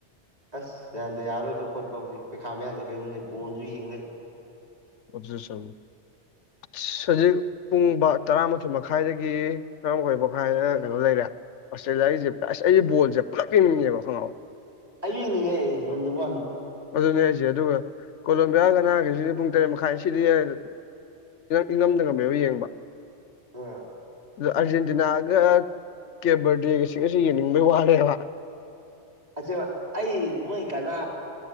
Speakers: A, on the right; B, on the left.
A: ꯑꯁ ꯌꯥꯟꯗ ꯌꯥꯔꯣꯏꯗꯕ ꯈꯣꯠꯄ ꯍꯧꯖꯤꯛ ꯄꯩꯈꯥ ꯃꯌꯥꯝꯁꯦ ꯀꯩꯅꯣꯅꯤ ꯕꯣꯟꯁꯨ ꯌꯦꯡꯂꯡ ꯂꯩ
B: ꯑꯣꯖ ꯁ ꯁꯖꯤ ꯄꯨꯡꯕ ꯇꯔꯥꯃꯥꯊꯣꯏ ꯃꯈꯥꯏꯗꯒꯤ ꯇꯔꯥꯃꯥꯊꯣꯏ ꯃꯈꯥꯏꯗ ꯀꯩꯅꯣ ꯂꯩꯔꯦ ꯑꯣꯁꯇ꯭ꯔꯦꯂꯤꯌꯥꯒꯤꯁꯦ ꯑꯁ ꯑꯩ ꯕꯣꯜꯁꯦ ꯄꯨꯂꯞ ꯄꯤꯅꯤꯡꯉꯦꯕ ꯈꯪꯉꯛꯑꯣ
A: ꯑꯩ ꯌꯦꯡꯅꯤꯡꯉꯦꯔꯣꯝꯗꯕꯣꯅꯤ
B: ꯑꯗꯨꯅꯦ ꯍꯥꯏꯁꯦ ꯑꯗꯨꯒ ꯀꯣꯂꯣꯝꯕꯤꯌꯥꯒꯅꯥꯒꯤꯁꯤꯗꯤ ꯄꯨꯡ ꯇꯔꯦꯠ ꯃꯈꯥꯏ ꯁꯤꯗꯤꯝ ꯏꯪꯉꯝꯗ ꯉꯝꯃꯦꯕ ꯌꯦꯡꯕ
A: ꯑ
B: ꯑꯗ ꯑꯥꯔꯖꯦꯟꯇꯤꯅꯥꯒ ꯀꯦꯕꯔꯗꯦꯒꯁꯤꯒꯁꯨ ꯌꯦꯡꯅꯤꯡꯕꯒꯤ ꯋꯥꯅꯦꯦꯕ
A: ꯑꯁꯦ ꯑꯩ ꯃꯣꯏ ꯀꯅꯥ